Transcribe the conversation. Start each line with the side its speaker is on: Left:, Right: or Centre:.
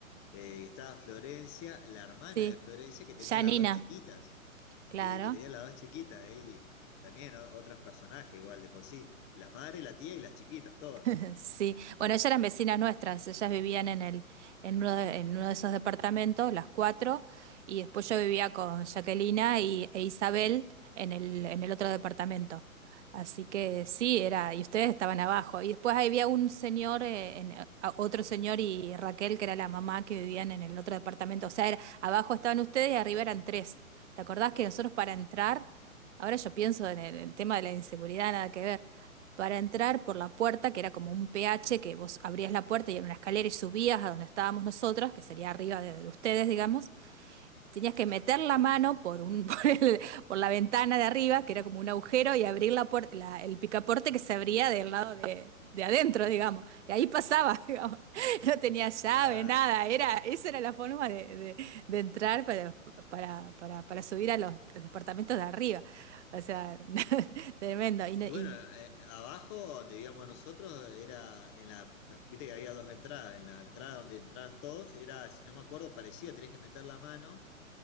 Left: Eh, estaba Florencia, la hermana
Right: sí,
Left: de Florencia, que tenía
Right: ya
Left: las
Right: Nina,
Left: dos chiquitas,
Right: claro.
Left: sí, que tenía las dos chiquitas ahí. También o- otros personajes igual de por sí. La madre, la tía y las chiquitas, todas.
Right: <laughs> Sí, bueno, ellas eran vecinas nuestras, ellas vivían en el, en uno de, en uno de esos departamentos, las cuatro, y después yo vivía con Jaquelina y, e Isabel en el, en el otro departamento. Así que sí, era, y ustedes estaban abajo. Y después había un señor, eh, en- eh, a- otro señor y Raquel, que era la mamá que vivían en el otro departamento. O sea, era- abajo estaban ustedes y arriba eran tres. ¿Te acordás que nosotros para entrar, ahora yo pienso en el, el tema de la inseguridad, nada que ver, para entrar por la puerta, que era como un PH, que vos abrías la puerta y era una escalera y subías a donde estábamos nosotros, que sería arriba de, de ustedes, digamos, tenías que meter la mano por, un, <laughs> por, el- por la ventana de arriba, que era como un agujero, y abrir la puerta la- el picaporte que se abría del lado de, de adentro, digamos. Y ahí pasaba, <laughs> digamos. No tenía llave,
Left: Claro.
Right: nada. Era, esa era la forma de, de- de entrar para, para, para, para subir a los departamentos de arriba. O sea, <laughs> tremendo. Y, no-
Left: Y
Right: y
Left: bueno, eh, abajo donde vivíamos nosotros era en la, viste que había dos entradas, en la entrada donde entraban todos era, si no me acuerdo, parecido, tenés que meter la mano